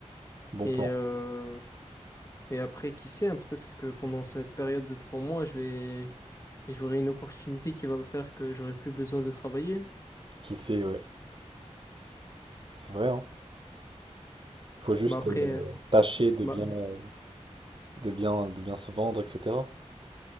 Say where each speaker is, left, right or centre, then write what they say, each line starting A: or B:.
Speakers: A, on the right; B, on the left.
A: Bon
B: Et,
A: plan.
B: euh, et après, qui sait, hein, peut-être que pendant cette période de trois mois, je vais, j'aurai une opportunité qui va faire que j'aurai plus besoin de travailler.
A: Qui sait, ouais. C'est vrai, hein. Faut juste
B: Bah, après,
A: euh,
B: euh,
A: tâcher de
B: bah,
A: bien, euh, de bien, de bien se vendre, etc.